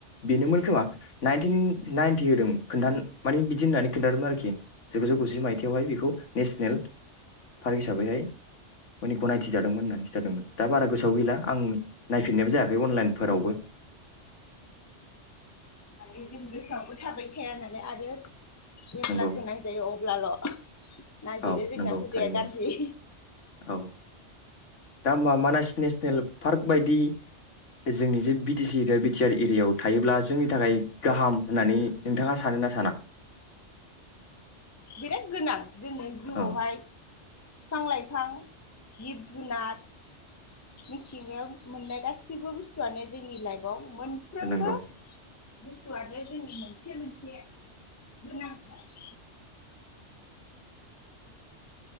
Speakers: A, on the left; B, on the left.
A: बेनोमोन खोमा नाइनटिन नाइनटि होदों खोन्थान माने बिदि होननानै खिन्थादोंमोन आरोखि जिगुजौ गुजि माइथाइावहाय बेखौ नेसनेल पार्क हिसाबैहाय मे गनायथि जादोंमोन होननानै जादोंमोन दा बारा गोसोआव गैला आं नायफिननायबो जायाखै अनलाइनफोरावबो
B: माने जों गोसोआवबो थाबाय थाया नालाय आरो जेब्ला
A: नंगौ
B: गोनां जायो अब्लाल' नागिरो
A: औ
B: जोंना
A: नंगौ
B: हुदाया
A: थारैनो
B: गाज्रि
A: औ दा मा मानास नेसनेल पार्क बायदि जोंनि जे B T C area B T R एरियायाव थायोब्ला जोंनि थाखाय गाहाम होननानै नोंथाङा सान ना साना?
B: बिराद गोनां जोंनो जिउआवहाय
A: औ
B: फिफां-लाइफां जिब जुनार मिथिंगायावमोननाय गासिबो बुस्थुआनो जोंनि लाइफआव मोनफ्रोमबो
A: नंगौ
B: बुस्थुआनो जोंनि मोनसे मोनसे गोनांथार। <inaudible>